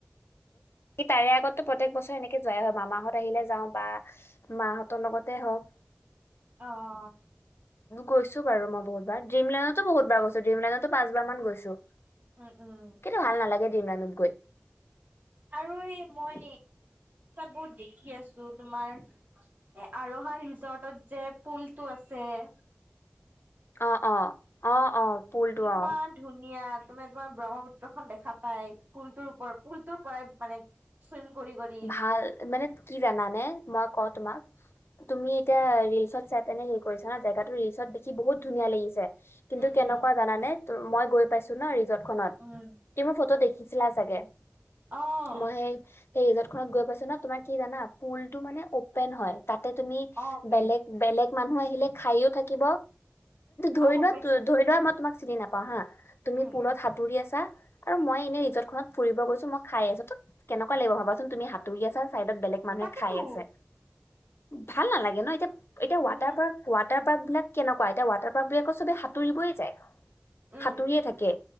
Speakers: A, on the left (about 65°); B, on the right (about 45°).
A: তাৰে আগতো প্ৰতেক বছৰে এনেকে যোৱাই হয় মামাহত আহিলে যাও বা মাহঁতৰ লগতে হওঁক। উ <inaudible>
B: আহ
A: গৈছো বাৰু মই বহুতাৰ ডিমলেডতো বহুবাৰ গৈছো ড্ৰিমলেণ্ডতো পচবাৰ মান গৈছো।
B: উম উম
A: কিন্তু ভাল নালাগে ড্ৰিমলেণ্ডত গৈ।
B: আৰু এই মই বু দেখি আছো তোমাৰ এই আৰহান ৰিজৰ্টত যে পুলতটো আছে। <unintelligible>
A: অ অ অ অ পুলটো
B: ইমান
A: অ
B: ধুনীয়া তুমি তোমাৰ ব্ৰহ্মপুত্ৰ খন দেখা পাই। ফুলটোৰ ওপৰত ফুলটোৰ পৰাই মানে চুইম কৰি কৰি
A: ভাল মানে কি জানানে মই কত তোমাক তুমি এতিয়া ৰিলচত চাই তেনে হেৰি কৰিছা ন জেগাতো ৰিলচত দেখি বহুত ধুনীয়া লাগিছে। কিন্তু
B: উম
A: কেনেকুৱা
B: উম
A: জানানে ত মই গৈ পাইছো ন ৰিজৰ্ট খনত
B: উম,
A: ত মোৰ ফটো দেখিছিলা। চাগে
B: অ',
A: মই হেই এই ৰিজৰ্ট খত গৈ পাইছো ন তুমাৰ কি জানা পুল টো মানে অপেন হয়। তাতে তুমি
B: অ', পেন
A: বেলেগ-বেলেগ মানুহ আহিলে খাইও থাকিব। ধৰি
B: অ', গম
A: লোৱা
B: পাইছো
A: ধৰি লোৱা মই তুমাক চিনি নাপাও হা তুমি
B: উম।
A: পুলত সাঁতুৰি আছা আৰু মই এনেই ৰিজৰ্টখনত ফুৰিব গৈছো মই খাই আছো ত কেনেকুৱা লাগিব ভাবাচোন তুমি হাতুৰি আ চা চাইডত বেলেগ মানুহে
B: তাকেতো
A: খাই আছে ভাল নালাগে ন এতিয়া এতিয়া ৱাটাৰ
B: উম,
A: পাৰ্ক ৱাটাৰ পাৰ্ক বিলাক কেনেকুৱা এতিয়া ৱাটাৰ পাৰ্ক বিলাকক চবে সাঁতুৰিবয়ে যায়।
B: উম,
A: সাঁতুৰিয়ে থাকে